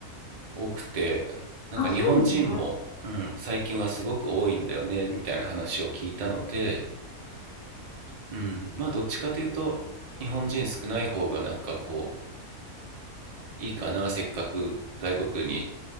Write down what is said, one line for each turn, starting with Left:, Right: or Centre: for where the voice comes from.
Right: 多くてなんか日本人も、
Left: あ、そうですね。
Right: うん、最近はすごく多いんだよねみたいな話を聞いたので、うん、まあどっちかというと日本人少ない方がなんかこういいかなせっかく外国に